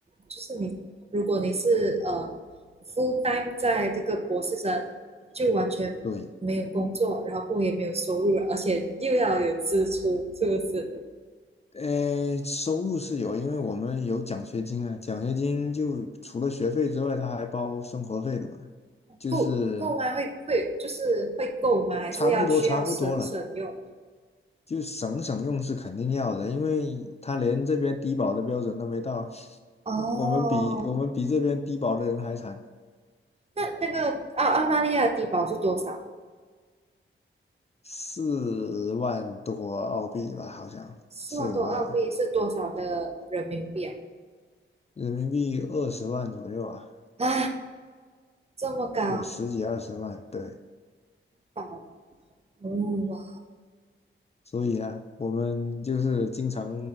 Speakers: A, on the right; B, on the left.
A: 就是你，如果你是呃 full time 在这个博士生，就完全没有工作，
B: 对，
A: 然后也没有收入，而且又要有支出，是不是？
B: 呃，收入是有，因为我们有奖学金啊，奖学金就除了学费之外，他还包生活费的嘛，就是
A: 够够吗？会会就是会够吗？还是要需要省省用？
B: 差不多差不多了。就省省用是肯定要的，因为他连这边低保的标准都没到，<laughs>
A: 哦，
B: 我我们比我们比这边低保的人还惨，
A: 那那个澳澳大利亚的低保是多少？
B: 四万多澳币吧，好像四五万
A: 四万多澳币是多少的人民币啊？
B: 人民币二十万左右啊，
A: 啊，这么高，
B: 对，十几二十万，对，
A: 保，嗯哇。
B: 所以啊，我们就是经常